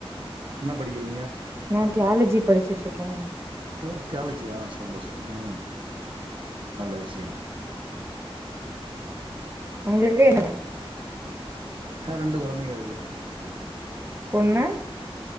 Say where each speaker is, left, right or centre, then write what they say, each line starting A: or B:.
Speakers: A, on the right; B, on the right.
A: என்ன படிக்கிறீங்க
B: நா தியாலஜி படிச்சிட்ருக்கேனே
A: ஓ தியாலெஜியா சந்தோஷா ம் நல்ல விஷயோ
B: உங்ளுக்கே என்னந
A: அ ரெண்டு கொழந்தைங்க இருக்கு
B: பொண்ணு